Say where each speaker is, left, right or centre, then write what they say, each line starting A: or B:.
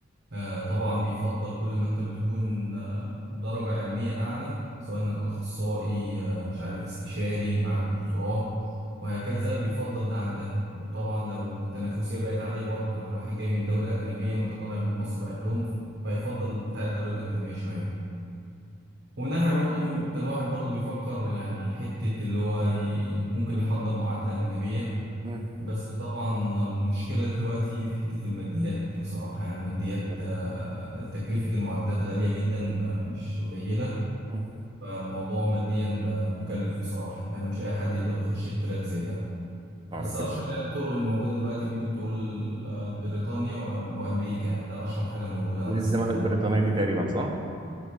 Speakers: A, on the right; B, on the right.
A: آه، طبعا بيفضل كل ما انت بتكون آه، درجة علمية أعلى سواء انك أخصائي آه، مش عارف استشاري معاك دكتوراه وهكذا بيفضل ده عن ده وطبعا لو التنافسية بقت عالية برضه يعني واحد جاي من دولة أجنبية وانت طالع من مصر هيحلم فيفضل بتاع الدولة الأجنبية شوية ومن ناحية برضه الواحد برضه بيفكر يعني حتة اللي هو ي- ممكن يحضر معادلة أجنبية
B: مم.
A: بس طبعا المشكلة دلوقتي في حتة الماديات بصراحة يعني الماديات
B: بالظبط
A: آه، تكلفة المعادلات غالية جدا ما- مش قليلة
B: مم.
A: فالموضوع ماديا بقى مكلف بصراحة يعني مش أي حد يقدر يخش التراك زي ده بس
B: ربنا
A: أشهر يعني الطرق الموجودة دلوقتي ممكن تقول آه، بريطانيا وأم- وأمريكا يعني ده أشهر حاجة موجودة
B: زي
A: على الساحة
B: الزمالة
A: دلوقتي
B: البريطانية دي تقريبا صح؟